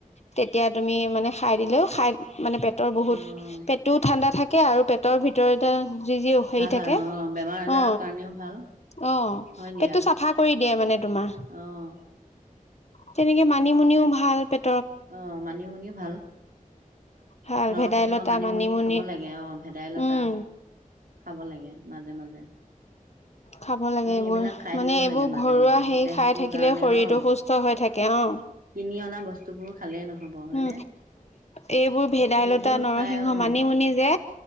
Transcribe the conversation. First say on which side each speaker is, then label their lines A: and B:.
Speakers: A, on the left; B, on the right.
A: তেতিয়া তুমি মানে খাই দিলেও খাই মানে পেটৰ বহুত
B: অ',
A: পেট টো ঠাণ্ডা থাকে থাকে আৰু পেটৰ ভিতৰত যি যি হেৰি
B: ভাল
A: থাকে
B: আৰু অ', বেমাৰ আজাৰৰ
A: অ
B: কাৰণেও ভাল।
A: আহ
B: হয় দিয়া
A: পেটটো চাফা কৰি দিয়ে মানে তোমাৰ
B: অ',
A: তেনেকে মানিমুনিও ভাল প
B: অ মানিমুনি ভাল
A: ভাল
B: নৰসিংহ
A: ভেদাইলতা
B: মানে মানি
A: মানিমুনি
B: মুনি খাব লাগে অ ভেদাইলতা
A: উম
B: খাব লাগে মাজে মাজে
A: খাব লাগে
B: আমি
A: এইবোৰ
B: এইবিলাক খাই
A: মানে
B: থাকিব
A: এইবোৰ
B: লাগে মাজে
A: ঘৰুৱা
B: মাজে
A: সেই
B: দেহটোৰ
A: খাই থাকিলে
B: কাৰণে
A: শৰীৰটো
B: অ
A: সুস্থ হৈ থাকে অ
B: কিনি অনা বস্তুবোৰ খালেই নহব হয়নে
A: উম এইবোৰ ভেদ ভেদাইলতা
B: সেইবোৰ
A: নৰসিংহ
B: খাই অ
A: মানিমুনি যে